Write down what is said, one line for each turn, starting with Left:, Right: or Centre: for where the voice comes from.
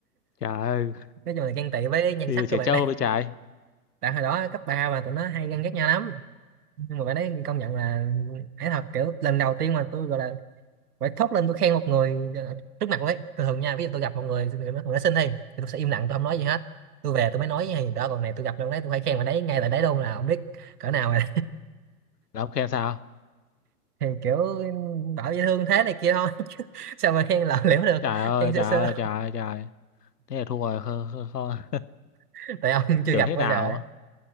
Left: <laughs> trời ơi
Right: nói chung là ghen tị với nhan
Left: đi
Right: sắc
Left: về trẻ
Right: các bạn
Left: trâu
Right: đấy
Left: với trái
Right: <laughs> tại hồi đó cấp 3 mà tụi nó hay ganh ghét nhau lắm nhưng mà bạn đấy công nhận là ấy thật kiểu lần đầu tiên mà tôi gọi là phải thốt lên tôi khen một người ờ, trước mặt luôn ấy thường thường nha ví dụ tôi gặp một người người nó xinh thì, thì tôi sẽ im lặng tôi không nói gì hết tôi về tôi mới nói gì đó còn này tôi gặp đâu đấy tôi phải khen bạn đấy ngay tại đấy luôn là không biết cỡ nào rồi
Left: là ông khen sao
Right: <laughs> thì kiểu bảo dễ thương thế này kia thôi <laughs> sao mà khen lỏng liễu được
Left: trời ơi
Right: khen sơ
Left: trời
Right: sơ
Left: ơi trời ơi trời ơi. thế là thua rồi không, không, không.
Right: <laughs> tại ông chưa
Left: tưởng
Right: gặp
Left: thế
Right: bao
Left: nào
Right: giờ ấy